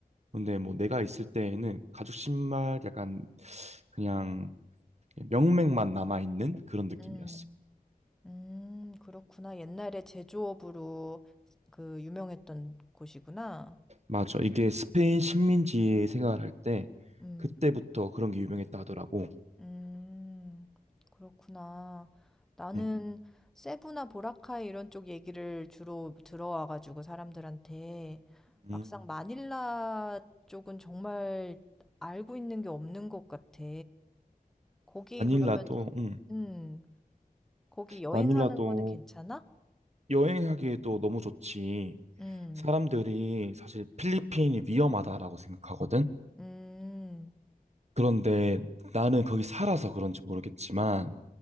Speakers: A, on the right; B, in the centre.
A: 근데 뭐 내가 있을 때에는 가죽 신발 약간 그냥 명맥만 남아있는 그런 느낌이었어.
B: 음, 음, 그렇구나. 옛날에 제조업으로 그 유명했던 곳이구나.
A: 맞아. 이게 스페인 식민지 생활할 때
B: 음,
A: 그때부터 그런 게 유명했다 하더라고.
B: 음, 그렇구나. 나는
A: 응.
B: 세부나 보라카이 이런 쪽 얘기를 주로 들어와가지고 사람들한테
A: 음.
B: 막상 마닐라 쪽은 정말 알고 있는 게 없는 것 같아. 거기
A: 마닐라도,
B: 그러면은
A: 응.
B: 음. 거기 여행하는
A: 마닐라도
B: 거는 괜찮아?
A: 여행하기에도 너무 좋지.
B: 음.
A: 사람들이 사실 필리핀이 위험하다라고 생각하거든.
B: 음.
A: 그런데 나는 거기 살아서 그런지 모르겠지만